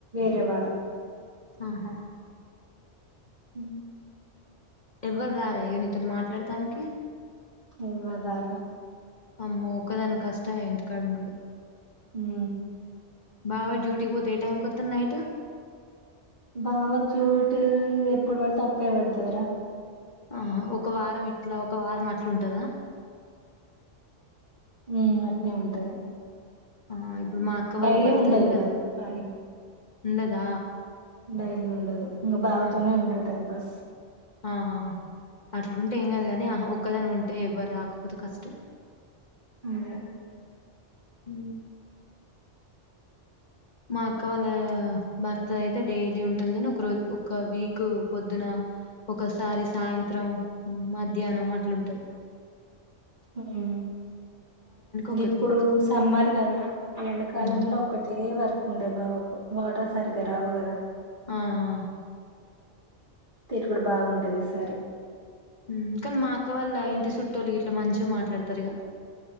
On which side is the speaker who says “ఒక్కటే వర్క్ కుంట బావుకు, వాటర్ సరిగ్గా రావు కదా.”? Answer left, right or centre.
Right